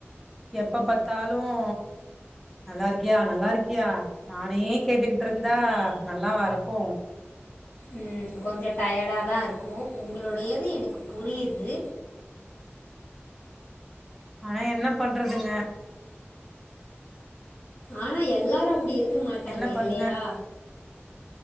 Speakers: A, in the centre; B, on the left (about 65°).
A: எப்ப பாத்தாலும் நல்லா இருக்கியா நல்லா இருக்கியா நானே கேட்டுக்கிட்டு இருந்தா நல்லாவா இருக்கு
B: உம் கொஞ்ச டயடா தான் இருக்கு உங்களுடையது எனக்கு புரியுது
A: ஆனா என்ன பண்றதுங்க
B: ஆனா எல்லாரு அப்டி இருக் கு மாட்டாங்க
A: என்ன பண்றங்க
B: இல்லையா